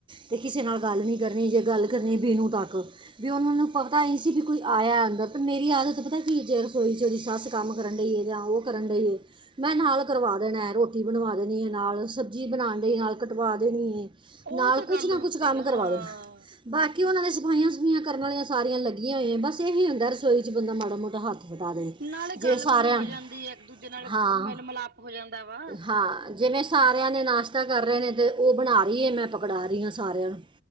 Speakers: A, on the right; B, on the right.
A: ਤੇ ਕਿਸੇ ਨਾਲ ਗੱਲ ਨਹੀਂ ਕਰਨੀ, ਜੇ ਗੱਲ ਕਰਨੀ ਬਿਨੂੰ ਤੱਕ, ਵੀ ਉਹਨਾਂ ਨੂੰ ਪਤਾ ਹੀ ਨਹੀਂ ਸੀ, ਵੀ ਕੋਈ ਆਇਆ ਅੰਦਰ ਅਤੇ ਮਰੀ ਆਦਤ ਪਤਾ ਕੀ ਜੇ ਰਸੋਈ ਚੌਰੀ ਸੱਸ ਕ ਕੰਮ ਕਰਨ ਡੀਆ ਓ, ਹਾਂ ਉਹ ਕਰਨ ਡੇਓ। ਮੈਂ ਨਾਲ ਕਰਵਾ ਦੇਣਾ ਹੈ, ਰੋਟੀ ਬਣਵਾ ਦੇਣੀ ਹੈ ਨਾਲ, ਸਬਜ਼ੀ ਬਣਾਉਣ ਦੇ ਨਾਲ ਕਟਵਾ ਦੇਣੀ ਹੈ,
B: ਉਹ
A: ਨਾਲ
B: ਤਾਂ
A: ਕੁਛ
B: ਗੱਲ
A: ਨਾ
B: ਹੁੰਦੀ
A: ਕੁਛ ਕੰਮ
B: ਆ
A: ਕਰਵਾ
B: ਹਾਂ
A: ਦੇਣਾ ਹੈ। ਬਾਕੀ ਉਹਨਾਂ ਦੇ ਸਫਾਈਆਂ ਸਫੂਈਆਂ ਕਰਨ ਵਾਲੀਆਂ ਸਾਰੀਆਂ ਲੱਗੀਆਂ ਹੋਈਆਂ, ਬਸ ਇਹੀ ਹੀ ਹੁੰਦਾ ਰਸੋਈਚ ਬੰਦਾ ਮਾੜਾ ਮੋਟਾ ਹੱਥ ਵਟਾ ਦੇ
B: ਨਾਲੇ
A: ਜੇ
B: ਗੱਲ
A: ਸਾਰਿਆਂ
B: ਗੁੱਲ ਹੋ ਜਾਂਦੀ ਹੈ, ਇੱਕ ਦੂਜੇ ਨਾਲ
A: ਹਾਂ
B: ਮਿਲ ਮਿਲਾਪ ਹੋ ਜਾਂਦਾ ਵਾ।
A: ਹਾਂ ਜਿਵੇਂ ਸਾਰਿਆਂ ਨੇ ਨਾਸ਼ਤਾ ਕਰ ਰਹੇ ਨੇ, ਤੇ ਉਹ ਬਣਾ ਰਹੀ ਹੈ ਮੈਂ ਪਕੜਾ ਰਹੀ ਹਾਂ ਸਾਰਿਆਂ ਨੂੰ।